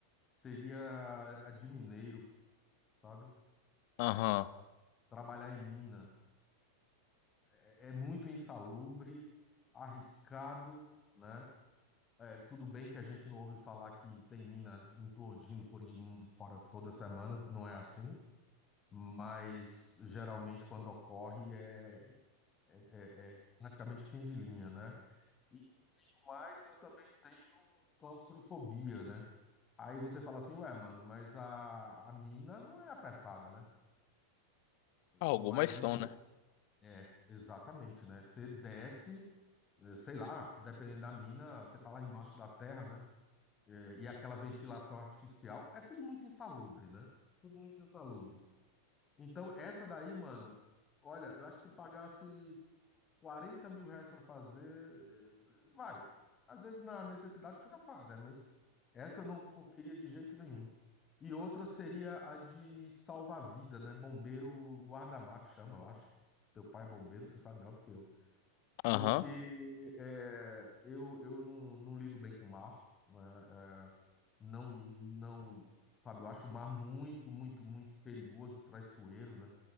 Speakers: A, on the left (about 25°); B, on the left (about 45°).
A: seria a de mineiro, sabe?
B: Aham.
A: Trabalhar em mina. É, é muito insalubre, arriscado, né? É, tudo bem que a gente não ouve falar que tem mina implodindo por aí mundo fora toda semana, não é assim, mas geralmente quando ocorre é, é- é praticamente fim de linha, né? E além do mais, eu também tenho claustrofobia, né? Aí você fala assim, ué, mano, mas a, a mina não é apertada, né?
B: Ah, Algumas
A: Mas
B: são,
A: em, com-
B: né?
A: é, exatamente, né? Você desce, eh, sei lá, dependendo da mina, você tá lá embaixo da terra, né? e aquela ventilação artificial, é tudo muito insalubre, né? Tudo muito insalubre. Então, essa daí, mano, olha, eu acho que se pagasse 40 mil reais para fazer, eh, vai. Às vezes, na necessidade, o cara faz, né? Mas essa eu não co- queria de jeito nenhum. E outra seria a de salva-vida, né? Bombeiro guarda-mar, que chama, eu acho. Teu pai é bombeiro, você sabe melhor do que eu.
B: Aham.
A: Porque eh, eu, eu não, não lido bem com o mar, né? Eh, não, não, sabe, eu acho o mar muito, muito, muito perigoso e traiçoeiro, né?